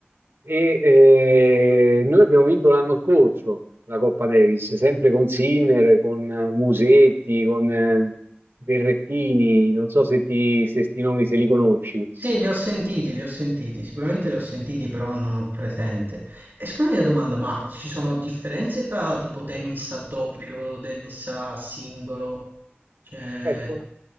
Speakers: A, on the right; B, on the right.
A: E eh, noi abbiamo vinto l'anno scorso la Coppa Davis, sempre con Sinner, con eh, Musetti, con eh, Berrettini, non so se ti, se sti nomi se li conosci.
B: Sì, li ho sentiti, li ho sentiti, sicuramente li ho sentiti, però non ho presente. E scusami la domanda, ma ci sono differenze fra tipo tennis a doppio, tennis a singolo? Cioè,
A: Certo,